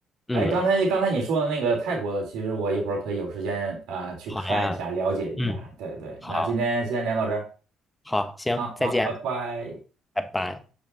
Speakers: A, on the left; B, on the right.
A: 嗯，
B: 哎，刚才刚才你说的那个泰国的，其实我一会儿可以有时间啊、去看一下，
A: 好呀，
B: 了解一下。
A: 嗯，
B: 对对，
A: 好，
B: 那今天先聊到这儿
A: 好，行，
B: 啊，
A: 再见，
B: 好，拜拜。
A: 拜拜。